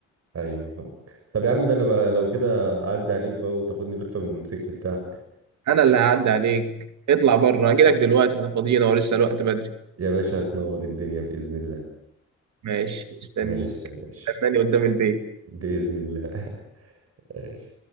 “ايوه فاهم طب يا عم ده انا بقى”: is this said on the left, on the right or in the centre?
Right